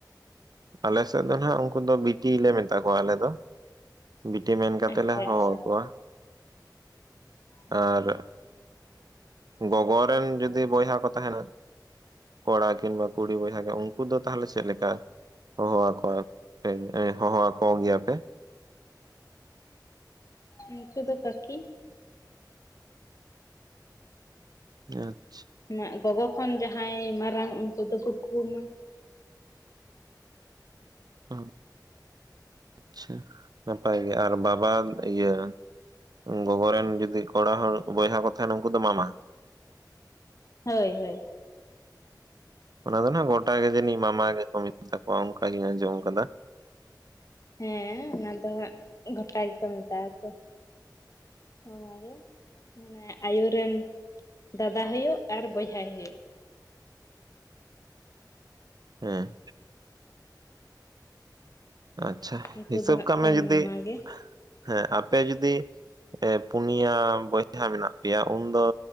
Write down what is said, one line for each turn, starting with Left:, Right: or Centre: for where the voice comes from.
Right: ᱟᱞᱮ ᱥᱮᱫ ᱫᱚ ᱱᱟᱦᱟᱜ ᱩᱱᱠᱩ ᱫᱚ ᱵᱤᱴᱤ ᱞᱮ ᱢᱮᱛᱟ ᱠᱚᱣᱟ ᱟᱞᱮ ᱫᱚ ᱾ ᱵᱤᱴᱤ ᱢᱮᱱ ᱠᱟᱛᱮᱜ
Left: ᱟᱪᱪᱷᱟ
Right: ᱞᱮ ᱦᱚᱦᱚ
Left: ᱟᱪᱪᱷᱟ
Right: ᱟᱠᱚᱣᱟ ᱾
Left: ᱦᱮᱸ
Right: ᱟᱨ ᱜᱚᱜᱚ ᱨᱮᱱ ᱡᱩᱚᱫᱤ ᱵᱚᱭᱦᱟ ᱠᱚ ᱛᱟᱦᱮᱱᱟ ᱠᱚᱲᱟ ᱠᱤᱝᱵᱟ, ᱠᱩᱲᱤ ᱵᱚᱭᱦᱟ ᱠᱚ ᱩᱱᱠᱩ ᱫᱚ ᱛᱟᱦᱚᱞᱮ ᱪᱮᱫ ᱞᱮᱠᱟ? ᱦᱚᱦᱚ ᱣᱟᱠᱚᱣᱟ ᱯᱮ ᱦᱚᱦᱚᱣᱟᱠᱚ ᱜᱮᱭᱟ ᱯᱮ?
Left: ᱩᱱᱠᱩ ᱫᱚ ᱠᱟᱠᱤ ᱾
Right: ᱟᱪᱪᱷᱟ
Left: ᱟᱨ ᱜᱚᱜᱚ ᱠᱷᱚᱱ ᱡᱟᱦᱟᱸᱭ ᱢᱟᱨᱟᱝ ᱩᱱᱠᱩ ᱫᱚ ᱠᱩᱠᱩᱢᱟ,
Right: ᱚ ᱾ ᱟᱪᱪᱷᱟ, ᱱᱟᱯᱟᱭ ᱜᱮ ᱟᱨ ᱵᱟᱵᱟ ᱤᱭᱟᱹ ᱜᱚᱜᱚ ᱨᱮᱱ ᱡᱩᱫᱤ ᱠᱚᱲᱟ ᱦᱚᱲ ᱵᱚᱭᱦᱟ ᱠᱚ ᱛᱟᱦᱮᱱᱟ ᱩᱱᱠᱩ ᱫᱚ ᱢᱟᱢᱟ ᱾
Left: ᱦᱳᱭ ᱦᱳᱭ ᱾
Right: ᱚᱱᱟ ᱫᱚ ᱱᱟᱜ ᱜᱚᱴᱟ ᱜᱮ ᱡᱟᱹᱱᱤᱡ ᱢᱟᱢᱟ ᱜᱮᱠᱚ ᱢᱮᱛᱟ ᱠᱚᱣᱟ ᱚᱱᱠᱟ ᱜᱤᱧ ᱟᱸᱡᱚᱢ ᱠᱟᱫᱟ ᱾
Left: ᱦᱮᱸ ᱚᱱᱟ ᱫᱚ ᱦᱟᱸᱜ ᱜᱚᱴᱟ ᱜᱮᱠᱚ ᱢᱮᱛᱟᱜ ᱟᱠᱚᱣᱟ ᱾ ᱢᱟᱢᱟ ᱜᱮ ᱾ ᱢᱟᱱᱮ ᱟᱭᱳ ᱨᱮᱱ ᱫᱟᱫᱟ ᱦᱳᱭᱳᱜ ᱟᱨ ᱵᱚᱭᱦᱟᱭ ᱦᱳᱭᱳᱜ ᱾
Right: ᱦᱮᱸ ᱾ ᱟᱪᱪᱷᱟ,
Left: ᱩᱱᱠᱩ
Right: ᱦᱤᱥᱟᱹᱵ
Left: ᱫᱚ ᱦᱟᱸᱜ
Right: ᱠᱟᱜ
Left: ᱠᱷᱟᱱ
Right: ᱢᱮ ᱡᱩᱫᱤ
Left: ᱢᱟᱢᱟ ᱜᱮ
Right: ᱦᱮᱸ ᱟᱯᱮ ᱡᱩᱫᱤ ᱮ ᱯᱩᱱᱭᱟ ᱵᱚᱭᱦᱟ ᱢᱮᱱᱟᱜ ᱯᱮᱭᱟ ᱩᱱᱫᱚ